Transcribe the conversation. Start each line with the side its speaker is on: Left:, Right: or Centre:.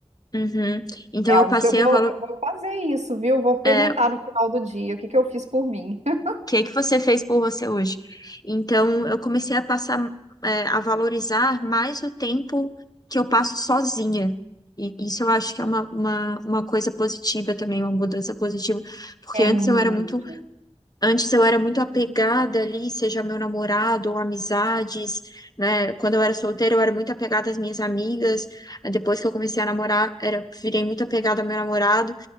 Left: uhum, então
Right: É algo
Left: eu passei
Right: que eu vou,
Left: a valo-
Right: eu vou fazer isso, viu? Vou perguntar
Left: eh,
Right: no final do dia o que que eu fiz por mim. <laughs>
Left: que é que você fez por você hoje? Então, eu comecei a passar, é, a valorizar mais o tempo que eu passo sozinha. E isso eu acho que é uma, uma, uma coisa positiva também, uma mudança positiva. Porque antes
Right: É muito.
Left: eu era muito Antes eu era muito apegada ali, seja meu namorado ou amizades, né? Quando eu era solteira, eu era muito apegada às minhas amigas. Aí Depois que eu comecei a namorar, era, virei muito apegada ao meu namorado.